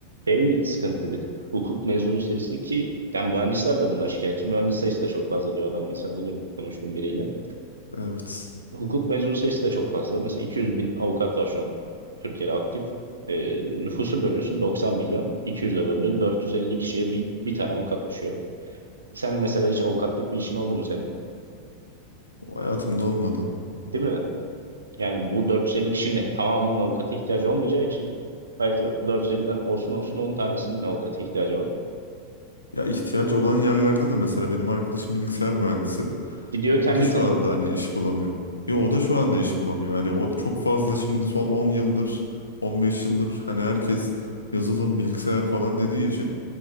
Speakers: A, on the right; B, on the left.
A: şey sıkıntı bir tık. Hukuk mezunu sayısı ki yani mühendisler de bundan şikayetçi. Mühendis sayısı da çok fazla diyor adam. Mesela bugün konuştum biriyle.
B: evet
A: Hukuk mezunu sayısı da çok fazla. Mesela 200 bin avukat var şu an Türkiye'de aktif. Ee, nüfusu bölüyorsun 90 milyon. 200'e böldün 450 kişiye bir, bir tane avukat düşüyor. Sen mesela hiç avukatlık bir işin oldu mu senin?
B: o hayatımda olmadı.
A: Değil mi? Yani bu 450 kişinin tamamının avukata ihtiyacı olmayacağı için belki 450'den olsun olsun 10 tanesinin avukata ihtiyacı var.
B: Ya ihtiyaç olan yerlerde de mesela benim arkadaşım bilgisayar mühendisi.
A: Gidiyor kendi
B: O da şu
A: tanıdığında.
B: anda hani iş bulamıyor. Yo o da şu anda iş bulamıyor. Hani o çok fazla şimdi son 10 yıldır, 15 yıldır hani herkes yazılım, bilgisayar falan dediği için